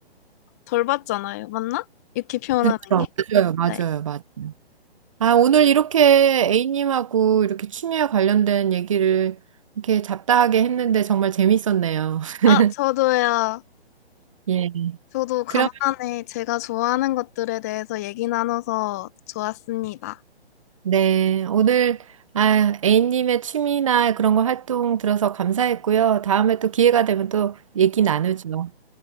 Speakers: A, on the left; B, on the right.
A: 덜 받잖아요. 맞나? 이렇게 표현하는
B: 그렇죠.
A: 게?
B: 맞아요, 맞아요,
A: 네.
B: 맞아요. 아, 오늘 이렇게 A님하고 이렇게 취미와 관련된 얘기를 이렇게 잡다하게 했는데 정말 재밌었네요. <laughs>
A: 아, 저도요.
B: 예.
A: 저도 간만에
B: 그럼
A: 제가 좋아하는 것들에 대해서 얘기 나눠서 좋았습니다.
B: 네, 오늘 아, A님의 취미나 그런 거 활동 들어서 감사했고요. 다음에 또 기회가 되면 또 얘기 나누죠.